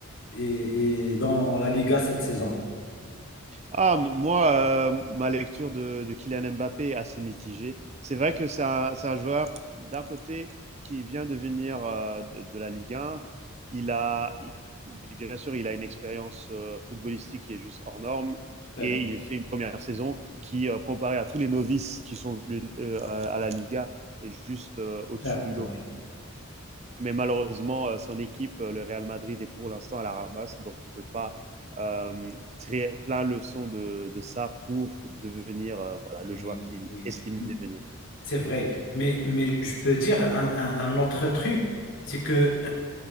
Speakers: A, on the left (about 55°); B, on the right (about 30°).
A: et, et dans la Liga cette saison.
B: Ah, m- moi, euh, ma lecture de, de Kylian Mbappé est assez mitigée. C'est vrai que c'est un, c'est un joueur, d'un côté, qui vient de venir euh, de, de la Ligue 1. Il a, il- bien sûr, il a une expérience euh, footballistique qui est juste hors norme.
A: C'est
B: Et
A: vrai.
B: il fait une première saison qui, euh, comparée à tous les novices qui sont venus euh, à à la Liga, est juste euh, au-dessus
A: Certes,
B: du lot.
A: oui,
B: Mais malheureusement, euh, son équipe, euh, le Real Madrid, est pour l'instant à la ramasse, donc il ne peut pas euh, très, plein leçon de, de ça pour devenir euh, voilà, le
A: oui,
B: joueur qu'il
A: oui.
B: estime
A: Mais-
B: devenir.
A: C'est vrai. Mais, mais je peux dire un un- un autre truc, c'est que